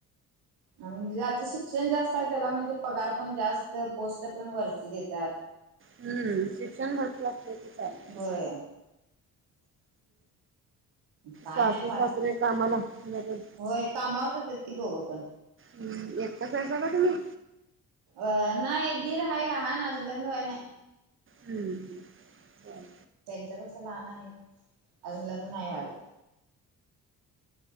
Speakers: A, on the right; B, on the right.
A: आणि ज्याच शिक्षण जास्त हाय त्याला म्हणजे पगार पण जास्त पोष्ट पण वरची देत्यात.
B: हम्म शिक्षण भरपूर असलं की चालतय.
A: होय काय
B: सासू
A: नाही बाकी
B: सासरे कामाला लगन.
A: होय कामावर जातात की दोघं पण
B: हम्म एकटाच हायस का तुम्ही?
A: अ नाही दीर हाय लहान अजून लग्न व्हायला नाही.
B: हम्म बर!
A: त्यांच्या पेक्षा लहान आहे. अजून लग्न नाही व्हायला.